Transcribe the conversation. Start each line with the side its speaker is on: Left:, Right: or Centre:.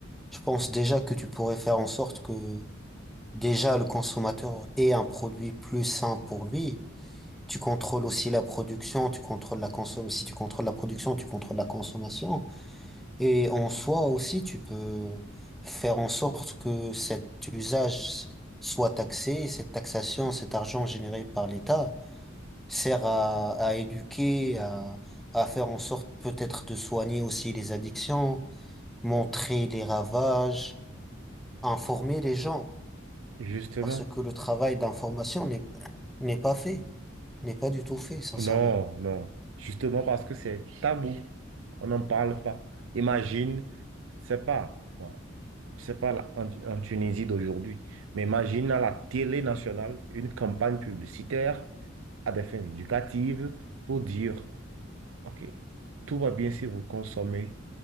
Centre: je pense déjà que tu pourrais faire en sorte que Déjà, le consommateur est un produit plus sain pour lui. Tu contrôles aussi la production, tu contrôles la consommation. Si tu contrôles la production, tu contrôles la consommation. Et en soi aussi, tu peux faire en sorte que cet usage soit taxé, cette taxation, cet argent généré par l'État sert à, à éduquer, à, à faire en sorte peut-être de soigner aussi les addictions, montrer les ravages, informer les gens.
Right: Justement.
Centre: parce que le travail d'information n'est n'est pas fait, n'est pas du tout fait, sincèrement.
Right: Non, non. Justement parce que c'est tabou. On n'en parle pas. Imagine, c'est pas, bon, c'est pas la- en, en Tunisie d'aujourd'hui, mais imagine à la télé nationale une campagne publicitaire à des fins éducatives pour dire, OK, tout va bien si vous consommez,